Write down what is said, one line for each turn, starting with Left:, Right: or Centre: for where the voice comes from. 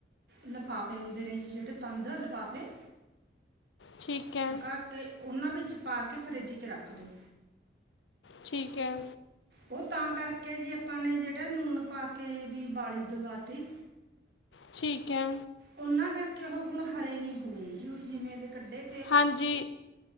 Right: ਲਫਾਫੇ ਹੂੰਦੇ ਨੇ ਜੀ ਜੇੜੇ ਬਾੰਦ ਲਫਾਫੇ
Left: ਠੀਕ ਹੈ
Right: ਸੁਕਾ ਕੇ ਓਨਾਂ ਵਿੱਚ ਪਾ ਕੇ, ਫਰਿੱਜ ਚ ਰਾੱਖ ਦੋ।
Left: ਠੀਕ ਐ।
Right: ਓ ਤਾਂ ਕਰਕੇ ਜੇ ਆਪਾਂ ਨੇ ਜੇੜੇ ਨੂਨ ਪਾ ਕੇ ਬੀ ਬਾਲੀ ਦਵਾਤੀ।
Left: ਠੀਕ ਐ।
Right: ਉਨਾਂ ਕਾਰਕੇ ਓ ਹੁਨ ਹਰੇ ਨੀ ਹੋਏ ਜੀ ਓ ਜਿਵੇਂ ਦੇ ਕੱਡੇ
Left: ਹਾਂਜੀ।